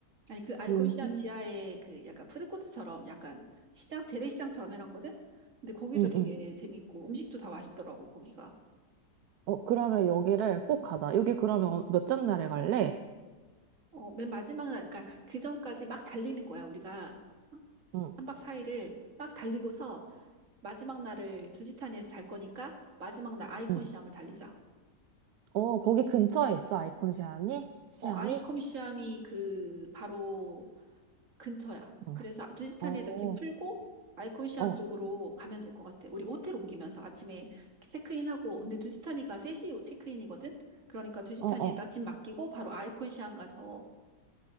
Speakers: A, on the right; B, on the right.
A: 아니 그 알콜
B: 여기,
A: 시암 지하에 그 약간 푸드코트처럼 약간 시장 재래시장처럼 해놨거든. 근데 거기도
B: 음,
A: 되게
B: 음.
A: 재밌고 음식도 다 맛있더라고 거기가.
B: 어, 그러면 여기를 꼭 가자. 여기 그러면 어- 몇째 날에 갈래?
A: 어, 맨 마지막 날 그러니까 그 전까지 막 달리는 거야 우리가
B: 응,
A: 한박사일을 막 달리고서 마지막 날을 두지타니에서 잘 거니까 마지막 날 아이콘
B: 응,
A: 시암을 달리자.
B: 어, 거기 근처에 있어, 아이콘 시암이? 시암이?
A: 어 아이콘 시암이 그 바로 근처야.
B: 음.
A: 그래서 두지타니에다
B: 어,
A: 짐 풀고 아이콘시암
B: 어,
A: 쪽으로 가면 될 것 같아. 우리 호텔 옮기면서 아침에 체크인하고 근데 두지타니가 세시 체크인이거든. 그러니까 두지타니에다
B: 어, 어.
A: 짐 맡기고 바로 아이콘시암 가서